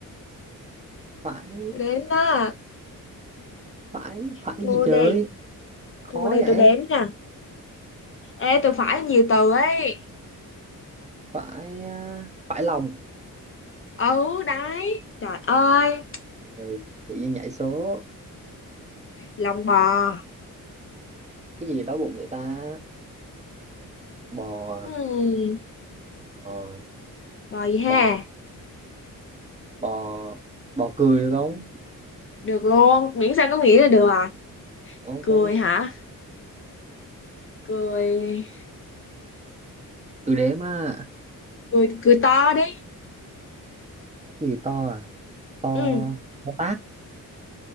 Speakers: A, on the right; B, on the left.
A: phải
B: tôi đếm đó
A: phải phải
B: cô
A: gì trời
B: đi
A: khó
B: Thôi đây
A: vậy
B: tôi đếm nha. Ê, tôi phải nhiều từ ấy.
A: phải uh, phải lòng
B: Ừ, đấy. Trời ơi,
A: Rồi, tự nhiên nhảy số
B: lòng bò.
A: cái gì đói bụng vậy ta bò à?
B: Hmm,
A: Ờ,
B: bò gì ha?
A: bò bò bò cười được không
B: Được luôn, miễn sao có nghĩa là được à.
A: ok
B: Cười hả? Cười,
A: từ đếm á
B: cười, cười to đi.
A: Cái gì to à to
B: Ừ,
A: to tát